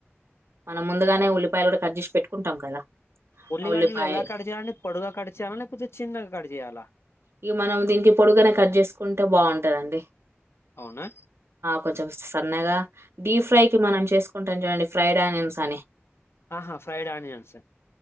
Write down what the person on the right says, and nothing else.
మనం ముందుగానే ఉల్లిపాయలు కూడా కట్ చేసి పెట్టుకుంటాం కదా
ఆ ఉల్లిపాయ
ఇక మనం దీనికి పొడుగనే కట్ చేసుకుంటే బాగుంటది అండి
కొంచెం సన్నగా డీ ఫ్రై కి మనం చేసుకుంటాం చూడండి ఫ్రైడ్ ఆనియన్స్ అని